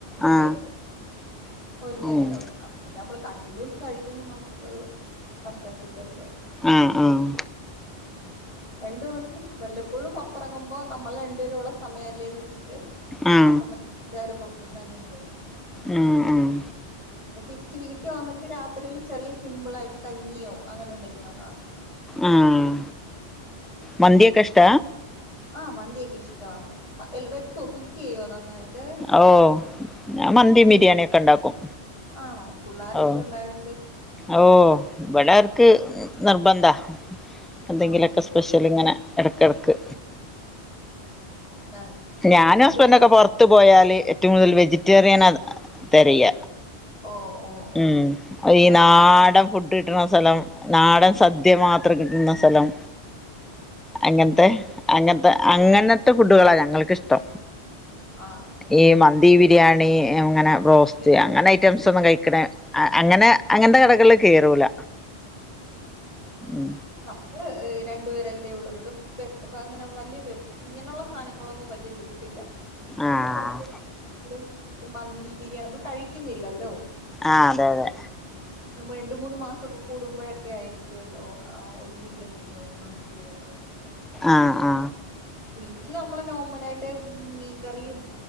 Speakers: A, in the centre; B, on the left.
A: ആ
B: കഴിക്കും ഒരു നേരക്ക
A: ഉം
B: പിന്നെ നമ്മള് കണ്ടിന്യൂസ് കഴിക്കുമ്പോൾ നമുക്ക് പറ്റത്തില്ലല്ലോ.
A: ആഹ് ആഹ്
B: <inaudible> രണ്ടു പേർക്കും വല്ലപ്പോഴും പുറത്തിറങ്ങുമ്പോ നമ്മൾ രണ്ടുപേരുള്ള സമയം അല്ലേന്ന് വെച്ചിട്ട്
A: ആ
B: ആഹ് സമയം എന്തായാലും പുറത്തുന്ന് തന്നെ കഴിക്കും.
A: ഉം ഉം
B: പിന്നെ തിരിച്ച് വീട്ടിൽ വന്നിട്ട് രാത്രിൽ ചെറിയ സിമ്പിൾ ആയിട്ട് കഞ്ഞിയോ അങ്ങനെ എന്തെങ്കിലും അങ്ങ് ആക്കും.
A: ആഹ് മന്തിയൊക്കെ ഇഷ്ട?
B: ആഹ് മന്തിയൊക്കെ ഇഷ്ടാണ് വെക്കോ കുക്ക് ചെയ്യോ നന്നായിട്ട്?
A: ഓഹ് ഞാൻ മന്തി
B: ചി
A: ബിരിയാണിക്കെ ഉണ്ടാക്കും
B: ആണോ പിള്ളോരൊക്കെ
A: ഓഹ്
B: ഉണ്ടായോണ്ട്
A: ഓഹ് വിടെർക്ക് നിർബന്ധാ എന്തെങ്കിലുമൊക്കെ
B: ആ ആ
A: സ്പെഷ്യൽ ഇങ്ങനെ ഇടക്കിടക്ക്.
B: ആഹ്
A: ഞാനും
B: ഇവി
A: ഹസ്ബൻഡ്ക്കെ പുറത്ത് പോയാല് ഏറ്റവും കൂടുതൽ വെജിറ്റേറിയൻ തിരയ
B: ഓ ഓ ഓ
A: ഉം ഈ
B: ആഹ്
A: നാടൻ ഫുഡ ഡ് കിട്ടുന്ന സ്ഥലം നാടൻ സദ്യ മാത്രം കിട്ടുന്ന സ്ഥലം അങ്ങനത്തെ അങ്ങനത്തെ അങ്ങനത്തെ ഫുഡുകളാണ് ഞങ്ങൾക്കിഷ്ടം.
B: ആഹ്
A: ഈ മന്തി ബിരിയാണി അങ്ങനെ റോസ്റ്റ്
B: വീട്ടില്
A: അങ്ങനെ ഐറ്റംസ് ഒന്നും കഴിക്കണ ആ അങ്ങനെ അങ്ങന്റെ കടകളിൽ കേറൂല
B: ഉം
A: ഉം
B: നമ്മള് രണ്ടുപേരെല്ലേ ഉള്ള അങ്ങനെ വല്യ ഇങ്ങനെയുള്ള സാധനങ്ങളൊന്നും വലിയ വെപ്പില്ല. നമ്മള്
A: ആഹ്
B: പുറത്തും മന്തി ബിരിയാണി നമ്മള് കഴിക്കുന്നില്ലല്ലോ.
A: ആഹ് അതെ അതെ
B: രണ്ട് മൂന്ന് മാസമൊക്കെ കൂടുമ്പോഴൊക്കെ ആയിരിക്കുമല്ലോ ആഹ് ഒരു ബിരിയാണിയോ ഒരു മന്തിയോ എല്ലാം ആഹ്
A: ആഹ് ആഹ്
B: വീട്ടിൽ നമ്മള് നോർമല ആയിട്ട് മീൻകറിയും